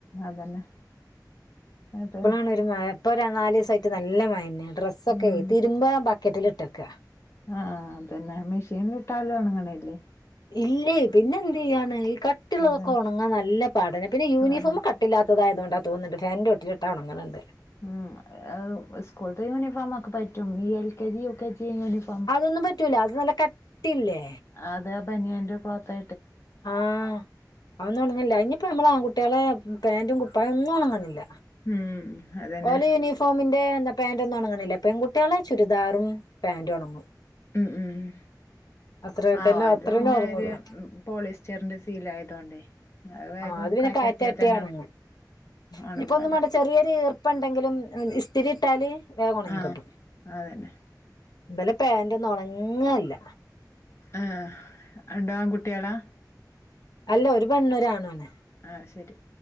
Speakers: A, on the left; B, on the left.
A: അതന്നെ. അതെ
B: ഇപ്പോഴാണ് ഒരു മഴ ഇപ്പൊ ഒരു നാല് ദിവസ ആയിട്ട് നല്ല മഴ ഡ്രസ്സ് ഒക്കെ
A: ഉം
B: തിരുമ്പാൻ ബക്കറ്റിൽ ഇട്ടക്ക.
A: ആ അതന്നെ മെഷീനിലിട്ടാലും ഉണങ്ങണേല്ലേ.
B: ഇല്ലേ, പിന്നെ എന്ത് ചെയ്യാണ് ഈ കട്ടിയുള്ളതൊക്കെ
A: അതന്നെ
B: ഉണങ്ങാൻ നല്ല പാടന് പിന്നെ യൂണിഫോം
A: അതന്നെ
B: ക ഇല്ലാത്ത ആയതുകൊണ്ടാ തോന്നന്നുണ്ട് ഫാന്റെ ചോട്ടിലിട്ടാൽ ഉണങ്ങണെണ്ട്.
A: ഉം സ്കൂളിലെത്തെ യൂണിഫോമ് ഒക്കെ പറ്റും. ഈ L K G, U K G uniform
B: അതൊന്നും പറ്റൂല അത് നല്ല കട്ടിയില്ലേ.
A: അതെ ആ ബനിയന്റെ ക്ലോത്ത്
B: ആ അതൊന്നും ഉണങ്ങില്ല. അതനിയിപ്പോ നമ്മളുടെ ആൺകുട്ടികളുടെ പാന്റും കുപ്പായം ഒന്നും ഉണങ്ങുന്നില്ല.
A: ഉം അതന്നെ.
B: ഓലെ യൂണിഫോമിന്റെ പാന്റ് ഒന്നും ഉണങ്ങണില്ല. പെൺകുട്ടികളുടെ ചുരിദാറും പാന്റ് ഉണങ്ങും.
A: ഉം ഉം
B: അത്ര
A: ആഹ്
B: തന്നെ
A: അത്
B: അത്രേന്നേ
A: പിന്നെ
B: ഉറങ്ങുള്ളൂ.
A: ഒരു പോളിസ്റ്ററിന്റെ സീൽ ആയതോണ്ടേ. അത് വേഗം
B: ആഹ് പിന്നെ
A: കാറ്റട്ടിയാൽ
B: കാറ്റട്ടിയ
A: തന്നെ
B: ഉണങ്ങ
A: ഉണങ്ങോലോ.
B: ഇനിയിപ്പോ ഒന്നും വേണ്ട ചെറിയൊരു ഈർപ്പം ഉണ്ടെങ്കിലും ഇസ്തിരി ഇട്ടാല് വേഗം ഉണങ്ങി
A: ആഹ്
B: കിട്ടും.
A: അതന്നെ
B: ഇബലെ പാന്റ് ഒന്നും ഉണങ്ങല്ല.
A: ആ രണ്ട് ആൺകുട്ടികളാ
B: അല്ല ഒരു പെണ്ണും ഒരു ആൺ ആണ്.
A: ആ ശരി.